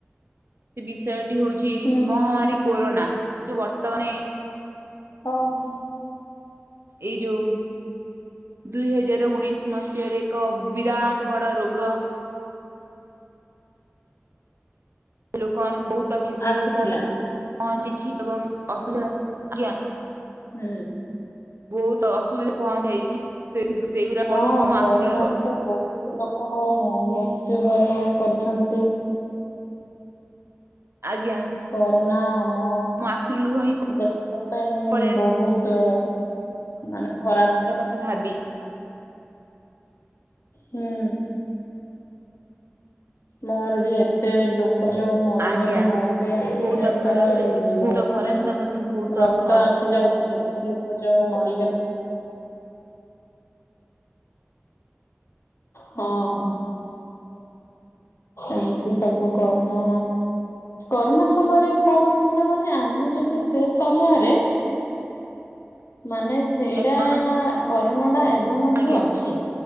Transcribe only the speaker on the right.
ସେ ବିଷୟଟି ହଉଛି
ମହାମାରୀ
କୋରୋନା ଯୋଉ ବର୍ତ୍ତମାନ।
ଏଇ ଯୋଉ ଦୁଇ ହଜାର ଉଣେଇଶି ମସିହାରେ ଏକ ବିରାଟ ଗୋଟେ ବଡ଼ ରୋଗ ଲୋକମାନାନଙ୍କୁ ବହୁତ କ୍ଷତିଗ୍ରସ୍ତ
ପହଞ୍ଚିଛି ଏବଂ ଅସୁବିଧା ଆଜ୍ଞା।
ବହୁତ ଅସୁବିଧା ପହଞ୍ଚାଇଛି ସେଥି ସେଇଗୁଡା
ପଢିକି ମୋ
ଆଖିରେ ଲୁହ
ଆଜ୍ଞା
ମୋ ଆଖିରୁ ଲୁହ ହିଁ
ପଳେଇ
ଥା ଭାବି
ଆଜ୍ଞା।
ବହୁତ ଖରାପ
ବହୁତ
ଖରାପ
ତା ବୋଧେ ବହୁତ
ସ୍ମର
କଣ
ଆଜ୍ଞା